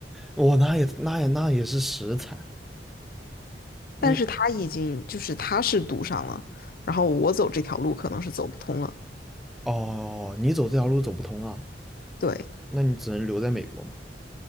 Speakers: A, in the centre; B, on the left.
A: 我那也那也那也是食材，你
B: 但是她已经就是她是读上了，然后我走这条路可能是走不通了。
A: 哦，你走这条路走不通啊，
B: 对，
A: 那你只能留在美国嘛。